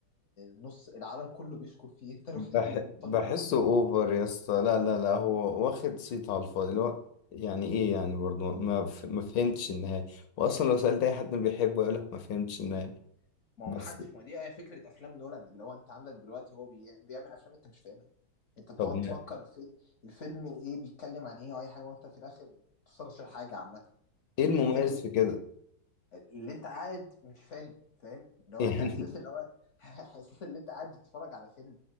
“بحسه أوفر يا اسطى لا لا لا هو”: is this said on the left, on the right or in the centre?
Left